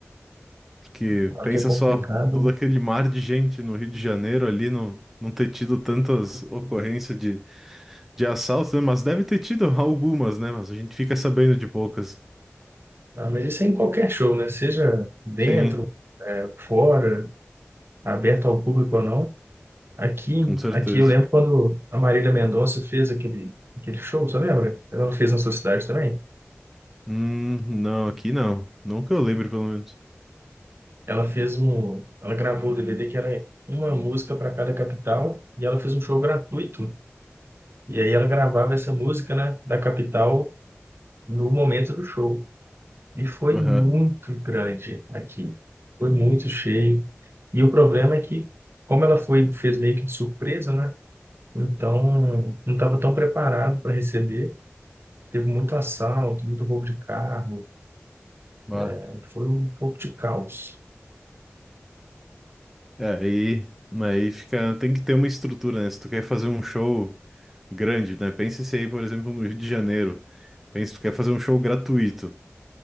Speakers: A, in the centre; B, on the right.
A: Porque
B: Claro
A: pensa
B: que é complicado,
A: só, todo
B: né?
A: aquele mar de gente no Rio de Janeiro ali, não, não ter tido tantas ocorrências de assaltos, né? Mas deve ter tido algumas, né? Mas a gente fica sabendo de poucas.
B: Ah, mas isso é em qualquer show, né? Seja dentro,
A: Sim,
B: né, fora, aberto ao público ou não. Aqui,
A: com certeza.
B: aqui eu lembro quando a Marília Mendonça fez aquele, aquele show, você lembra? Ela fez na sua cidade também.
A: Hum, não, aqui não. Não que eu lembre, pelo menos.
B: Ela fez um, ela gravou o DVD que era uma música para cada capital e ela fez um show gratuito. E aí ela gravava essa música, né, da capital no momento do show. E foi
A: Aham.
B: muito grande aqui. Foi muito cheio. E o problema é que, como ela foi, fez meio que de surpresa, né? Então, não estava tão preparado para receber. Teve muito assalto, muito roubo de carro.
A: Bah.
B: né? Foi um pouco de caos.
A: É, aí, aí fica. Tem que ter uma estrutura, né? Se tu quer fazer um show grande, né? Pensa se aí, por exemplo, no Rio de Janeiro. Pensa, tu quer fazer um show gratuito.